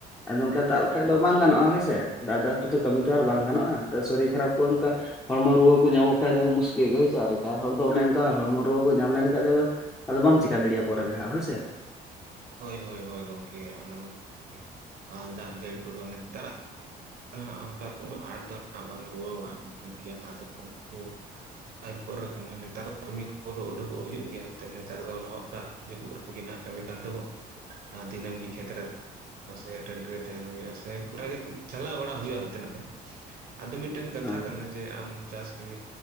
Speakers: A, on the left; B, on the right.
A: ᱟᱫᱚ ᱚᱱᱠᱟ ᱫᱟᱜ ᱞᱮᱠᱷᱟᱡ ᱫᱚ ᱵᱟᱝ ᱜᱟᱱᱚᱜᱼᱟ ᱦᱳᱭᱥᱮ ᱫᱟᱜ ᱫᱟᱜ ᱛᱮ ᱠᱟᱹᱢᱤ ᱛᱚ ᱟᱨ ᱵᱟᱝ ᱜᱟᱱᱚᱜᱼᱟ ᱥᱚᱨᱤᱨ ᱠᱷᱟᱨᱟᱯ ᱠᱚᱜᱼᱟ ᱚᱱᱠᱟᱼᱼ ᱦᱚᱲᱢᱚ ᱨᱩᱣᱟᱹ ᱠᱚ ᱧᱟᱢᱚᱜ ᱠᱷᱟᱡ ᱫᱚ ᱢᱩᱥᱠᱤᱞ ᱜᱮᱭᱟ ᱦᱳᱭ ᱥᱮ ᱮᱠᱟ ᱦᱚᱲ ᱫᱚ ᱚᱱᱮ ᱚᱱᱠᱟ ᱦᱚᱲᱢᱚ ᱨᱩᱣᱟᱹ ᱠᱚ ᱧᱟᱢ ᱞᱮᱱ ᱠᱷᱟᱡ ᱫᱚ ᱟᱫᱚᱼᱼ ᱟᱫᱚ ᱵᱟᱢ ᱪᱤᱠᱟ ᱫᱟᱲᱮᱭᱟᱜᱼᱟ ᱯᱚᱨᱮ ᱛᱮ ᱦᱟᱸᱜ ᱦᱳᱭ ᱥᱮ᱾
B: ᱦᱳᱭ ᱦᱳᱭ ᱦᱳᱭ ᱜᱚᱢᱠᱮ ᱚᱱᱟ ᱢᱟ ᱠᱟᱱᱜᱮ ᱫᱟᱜ ᱡᱟᱹᱲᱤ ᱠᱚᱫᱚ ᱚᱱᱮ <unintelligible> <unintelligible> <unintelligible> ᱟᱠᱟᱱᱟ ᱱᱮᱛᱟᱨ ᱫᱚ ᱠᱟᱹᱢᱤ ᱠᱚᱫᱚ ᱩᱰᱩᱠᱚᱜ ᱦᱩᱭᱩᱜ ᱜᱮᱭᱟ ᱮᱱᱛᱮᱫ ᱱᱮᱛᱟᱨ ᱫᱚ ᱞᱚᱦᱚᱫ ᱫᱟᱜ ᱡᱟᱹᱯᱩᱫ ᱨᱮ᱾ <unintelligible> ᱠᱟᱹᱢᱤ ᱠᱟᱱ ᱛᱟᱵᱚᱱᱟ ᱟᱨ ᱫᱤᱱᱟᱹᱢ ᱜᱮ ᱠᱷᱮᱛ ᱨᱮ ᱥᱮ ᱴᱟᱺᱰᱤ ᱨᱮ ᱛᱟᱦᱮᱱ ᱦᱩᱭᱩᱜᱼᱟ ᱥᱮ <unintelligible> ᱪᱟᱞᱟᱣ ᱵᱟᱲᱟ ᱦᱩᱭᱩᱜᱼᱟ ᱦᱟᱱᱛᱮ ᱱᱟᱛᱮ ᱟᱫᱚ ᱢᱤᱫᱴᱮᱱ ᱠᱟᱛᱷᱟ
A: ᱦᱳᱭ
B: ᱠᱟᱱᱟ
A: ᱦᱳᱭ
B: ᱡᱮ ᱟᱢ ᱪᱟᱥ ᱠᱟᱹᱢᱤ